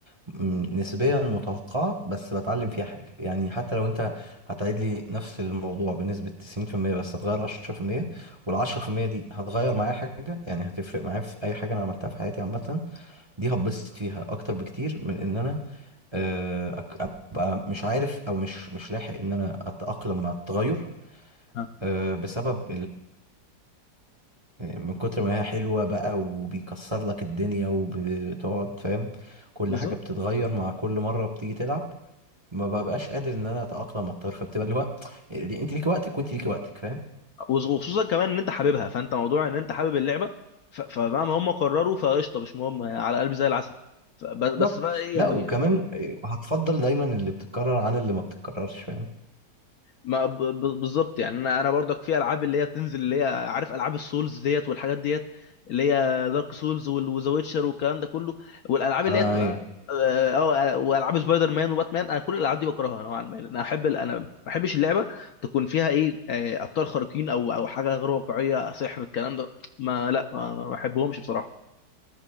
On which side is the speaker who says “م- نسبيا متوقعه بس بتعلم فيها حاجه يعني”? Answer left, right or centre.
Right